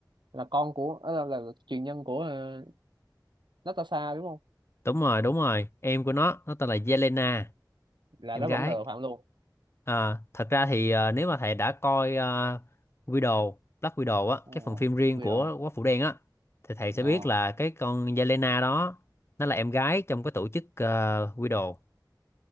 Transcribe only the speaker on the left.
đúng rồi đúng rồi em của nó nó tên là Yelena
em
gái
à, thật ra thì ờ, nếu mà thầy đã coi ờ, Widow Black Widow á
cái phần phim riêng
của
Quả Phụ Đen á thì thầy sẽ
biết là cái con Yelena đó nó là em gái trong cái tổ chức ờ, Widow